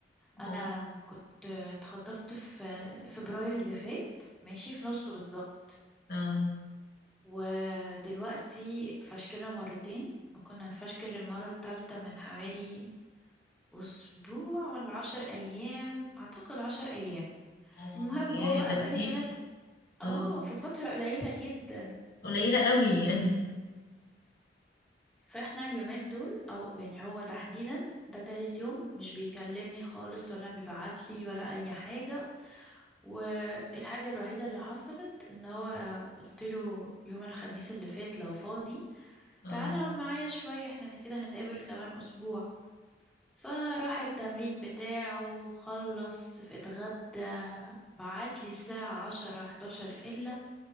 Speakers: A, in the centre; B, on the left.
A: انا
B: اه
A: كنت اتخطبت في فبراير اللي فات ماشي في نصه بالظبط
B: اه
A: ودلوقتي فشكلنا مرتين وكنا هنفشكل المرة التالتة من حوالي أسبوع ولا عشر أيام أعتقد عشر أيام
B: اه
A: المهم
B: يا
A: هو بقى
B: ده كتير
A: بقاله 3
B: <laughs>
A: اه
B: اه
A: في فترة قليلة جدا
B: قليلة قوي يعني
A: فاحنا اليومين دول او يعني هو تحديدا ده تالت يوم مش بيكلمني خالص ولا بيبعتلي ولا اي حاجة والحاجة الوحيدة اللي حصلت ان هو قلت له يوم الخميس اللي فات لو فاضي
B: اه
A: تعالى اقعد معايا شوية احنا كده هنتقابل كمان اسبوع فراح التمرين بتاعه خلص اتغدى بعتلي الساعة عشرة حداشر إلا